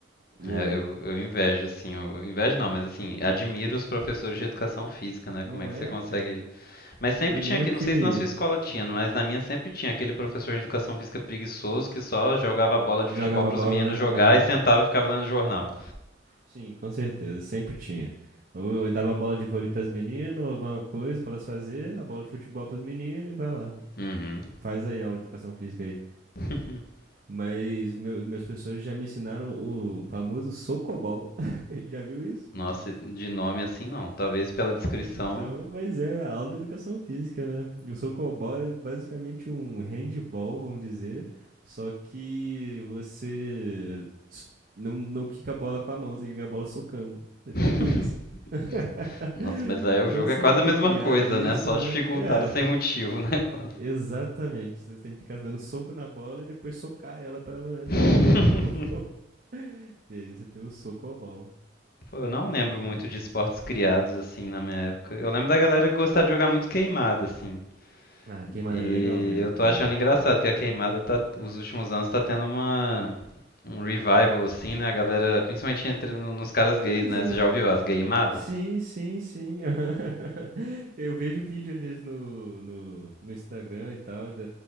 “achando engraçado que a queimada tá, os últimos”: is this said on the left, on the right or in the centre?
Left